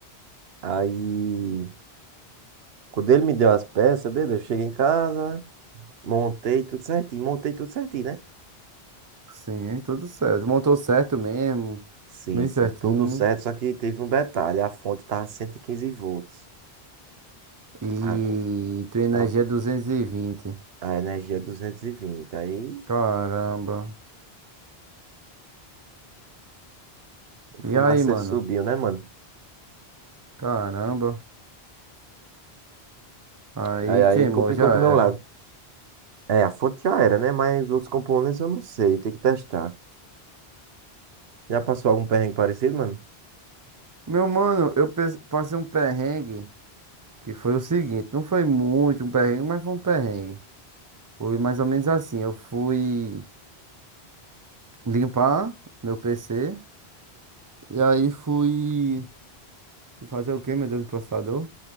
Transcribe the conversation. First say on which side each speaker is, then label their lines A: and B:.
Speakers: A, on the right; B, on the right.
A: Aí, quando ele me deu as peças, beleza, eu cheguei em casa, montei tudo certinho, montei tudo certinho, né?
B: Sim, é tudo certo. Montou certo mesmo,
A: Sim,
B: bem
A: sim,
B: certinho.
A: tudo certo, só que teve um detalhe, a fonte tava 115 volts.
B: E
A: A, co-
B: tua energia
A: a,
B: é 220.
A: a energia é 220. Aí.
B: Caramba.
A: O
B: E
A: fumaceiro
B: aí, mano?
A: subiu, né, mano?
B: Caramba. Aí
A: Aí, aí
B: queimou,
A: complicou
B: já era.
A: pro meu lado. É, a fonte já era, né? Mas os outros componentes eu não sei, tem que testar. Já passou algum perrengue parecido, mano?
B: Meu mano, eu pe- passei um perrengue que foi o seguinte: não foi muito um perrengue, mas foi um perrengue. Foi mais ou menos assim: eu fui limpar meu PC e aí fui. E fazer o quê, meu Deus, no processador?